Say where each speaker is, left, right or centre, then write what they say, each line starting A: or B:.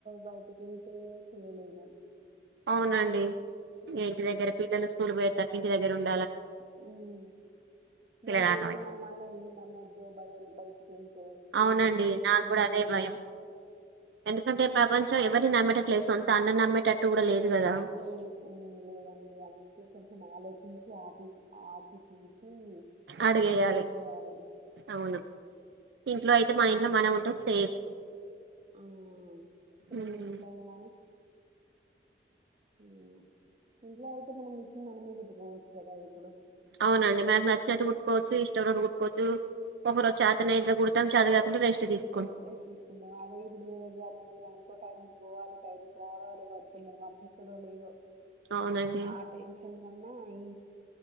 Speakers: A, on the right; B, on the right.
A: బయటికి ఏళ్తే చేయలేము.
B: అవునండి.
A: ఉమ్,
B: ఇగా ఇంటి దగ్గర పిల్లలు స్కూల్ పోయేతర్కి ఇంటి దగ్గర ఉన్
A: హుహు్
B: పిల్లగానివే
A: మళ్ళీ ఏది నమ్మలో ఏది నమోదో భయం బయటి కేంతే
B: అవునండి
A: ఏది
B: నాకు
A: చేయవొయినా
B: కూడా అదే భయం ఎందుకంటే ప్రపంచం ఎవరిని నమ్మేటట్లేదు, సొంత అన్న నమ్మేటట్టు కూడా లేదు. కదా
A: లేదు హు లేదండి. అందుకే కొంచెం ఆలోచించి ఆపి ఆచి చూచి హు
B: అడిగేయాలి
A: మున్నడు గేయాలి.
B: అవును ఇంట్లో అయితే మాయి ఇంట్లో మనం ఉంటావ్ సేఫ్
A: ఆఆ ఫ్రీ
B: హ్మ్
A: గుంటాం గానీ హు ఇంట్లో అయితే మనం మిషన్ మనమే కుట్టుకోవచ్చు కదా ఇప్పుడు
B: అవునండి. మనకు నచ్చినట్టు కుట్టుకోవచ్చు, ఇష్టావునట్టు కుట్టుకోవచ్చు. ఒక రోజు చేతనైతే కుడతాం, చేత కాకుంటే రెస్ట్ దిస్
A: వేస్ట్ తీసుకుంటాం. అదే ఇప్పుడు వేరే జాబుగి పోయినా అనుకోంట టైముకి బోవాలి, టైంకి రావాలి, వాడు తొందరగా పంపిస్తడో లేదో.
B: అవునండి
A: ఆ టెన్షన్ కన్నా ఈ